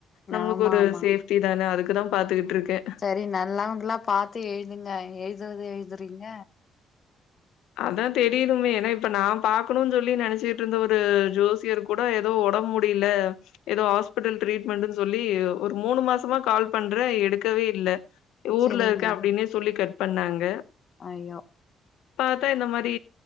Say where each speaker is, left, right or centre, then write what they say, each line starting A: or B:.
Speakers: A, on the left; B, on the left.
A: நம்ளுக்கு
B: ஆமா
A: ஒரு
B: ஆமா
A: சேஃப்டி தான அதுக்குதா பாத்துகிட்டுருக்கே
B: சரி நல்லவங்கல்லா பாத்து எழுதுங்க எழுதுறது எழுதுறீங்க
A: அதா தெரியனுமே எனா இப்ப நா பாக்கணுனு சொல்லி நெனச்சிட்டுருந்த ஒரு ஜோசியருக் கூட ஏதோ ஒடம் முடில ஏதோ ஹாஸ்பிட்டல் ட்ரீட்மெண்ட்ன் சொல்லி ஒரு மூணு மாசமா கால் பண்றே எடுக்கவே இல்ல ஊர்ல
B: சரிங்க
A: இருக்க அப்டின்னே சொல்லி கட் பண்ணாங்க
B: அய்யோ
A: பாத்தா இந்த மாரி